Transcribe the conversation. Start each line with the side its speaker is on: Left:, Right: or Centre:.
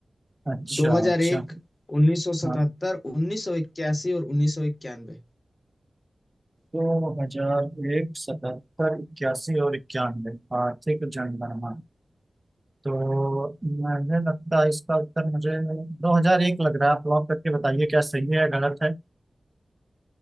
Right: अच्छा
Left: 2001
Right: अच्छा
Left: 1977
Right: हाँ
Left: 1981 और 1991
Right: दो हजार एक सतहत्तर इक्यासी और इक्यानवे आर्थिक जनगणना तो मुझे लगता है इसका उत्तर मुझे दो हजार एक लग रहा है आप लॉक करके बताइए क्या सही है या गलत है